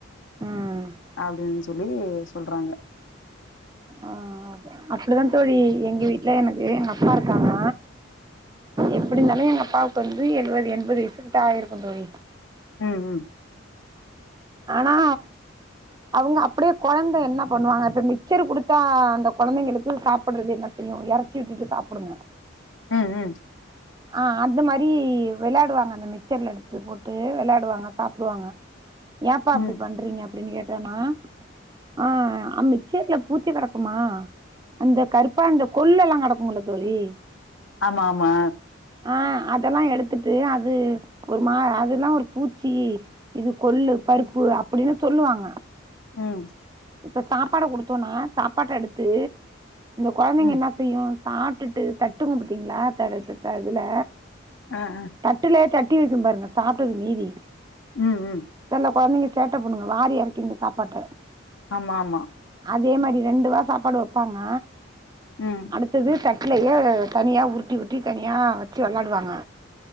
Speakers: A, on the right (about 20°); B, on the left (about 65°).
A: ம்
B: அப்படின்னு சொல்லி சொல்றாங்க
A: ஆ அப்படிதா தோழி எங்க வீட்டுல எனக்கு எங்க அப்பா இருக்காங்க எப்டி இருந்தாலு எங்க அப்பாவுக்கு வந்து எழுவது எண்பது வயசா ஆயிருக்கோ தோழி
B: ம் ம்
A: ஆனா அவங்க அப்டியே குழந்த என்ன பண்ணுவாங்க இப்ப மிக்சர் கொடுத்தா அந்த குழந்தைங்க எப்படி சாப்ப படறது என்ன செய்யு இறச்சி விட்டுட்டு சாப்டுங்க
B: அ அ
A: ஆ அந்த மாரி வெளாடுவாங்க அந்த மிக்சர்ல எடுத்து போட்டு வெளாடுவாங்க சாப்டுவாங்க ஏப்பா அப்டி
B: ம்
A: பண்றீங்க அப்படின்னு கேட்டோனா ஆ அ மிச்சர்ல பூச்சி கடக்குமா அந்த கருப்பா அந்த கொல்லு எல்லா கடக்கும்ல தோழி
B: ஆமா ஆமா
A: ஆ அதல்லா எடுத்துட்டு அது ஒரு மா அதல்லா ஒரு பூச்சி இது கொள்ளு பருப்பு அப்டின்னு சொல்லுவாங்க
B: ம்
A: இப்ப சாப்பாடு கொடுத்தோம்னா சாப்பாட்ட எடுத்து கொழந்தைங்க
B: ம்
A: என்ன தயும் சாப்ட்டுட்டு தட்டு குடுப்பீங்களா இட் இதுல
B: ஆ ஆ
A: தட்டுலேயே தட்டி வைக்கும் பாருங்க சாப்ட்டது மீதி
B: ம் ம்
A: சில குழந்தைங்க சேட்ட பண்ணுங்க வாரி இறக்குங்க சாப்பாட்ட
B: ஆமா ஆமா
A: அதே மாரி ரெண்டு வா சாப்பாடு வப்பாங்க
B: ம்.
A: அடுத்தது வீட்டுலயே தனியா உருட்டி உருட்டி தனியா வச்சு வெளாடுவாங்க